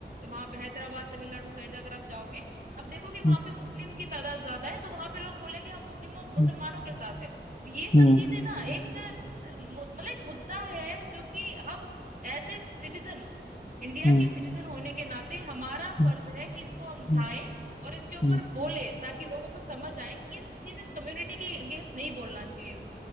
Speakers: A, on the right; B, on the left.
A: वहां पे हैदराबाद तमिलनाडु साइड अगर आप जाओगे आप देखोगे वहां
B: हम्म
A: पे मुस्लिम की तादाद ज्यादा है तो वहां पे लोग बोलेंगे हम मुस्लिमों मुसलमानों
B: हम्म
A: के साथ है तो ये
B: हम्म
A: सब चीजें ना एक अ, मु- मतलब एक मुद्दा है जो कि हम एज ए सिटीजन इंडिया
B: हम्म
A: के सिटीजन होने के नाते हमारा
B: हम्म,
A: फर्ज है कि इसको हम उठाएं
B: हम्म,
A: और इसके ऊपर
B: हम्म,
A: बोले ताकि लोगों को समझ आए कि ये सब चीजें कम्युनिटी के अगेंस्ट नहीं बोलना चाहिए